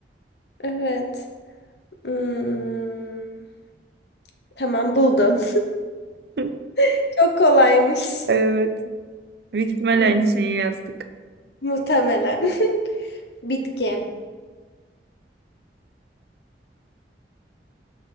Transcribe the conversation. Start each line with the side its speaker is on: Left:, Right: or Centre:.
Left: Evet. Hmm. Tamam buldum.
Right: <laughs>
Left: <laughs> Çok kolaymış.
Right: Evet. Büyük ihtimal
Left: Hmm,
Right: aynı şeyi yazdık.
Left: Muhtemelen. <laughs> Bitki.